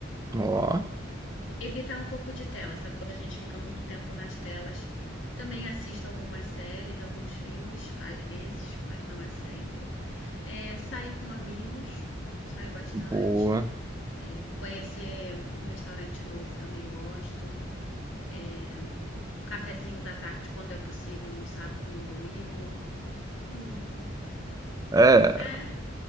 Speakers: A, on the right (about 20°); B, on the left (about 70°).
A: ó,
B: Evitar um pouco de tela, sabe? Quando a gente fica muito tempo nas telas. Também assisto algumas séries, alguns filmes, às vezes, mas não é sempre. É, sair com amigos, saio bastante.
A: Boa.
B: É, conhecer um restaurante novo também gosto. É, um cafezinho da tarde, quando é possível, num sábado, num domingo. <laughs>
A: É,
B: É,